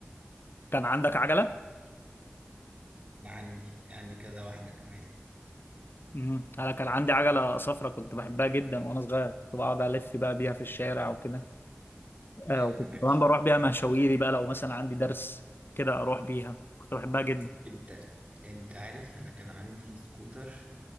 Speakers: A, on the left (about 55°); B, on the right (about 30°).
A: كان عندك عجلة؟
B: أنا عندي كان عندي كذا واحدة كمان
A: امم انا كان عندي عجلة صفراء كنت بحبها جدا وانا صغير كنت بقعد الف بقى بيها في الشارع وكده آه
B: <laughs>
A: وكنت
B: أيوة.
A: كمان بروح بيها مشاويري بقى لو مثلا عندي درس كده اروح بيها كنت بحبها جدا
B: أنت أنت عارف أنا كان عندي سكوتر